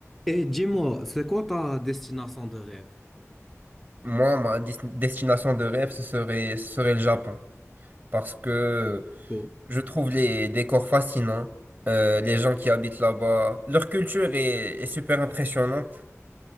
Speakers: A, in the centre; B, on the right.
A: Et dis-moi, c'est quoi ta destination de rêve?
B: Moi, ma dis- destination de rêve, ce serait, ce serait le Japon. Parce que
A: Coco
B: je trouve les décors fascinants, euh, les gens qui habitent là-bas. Leur culture est, est super impressionnante.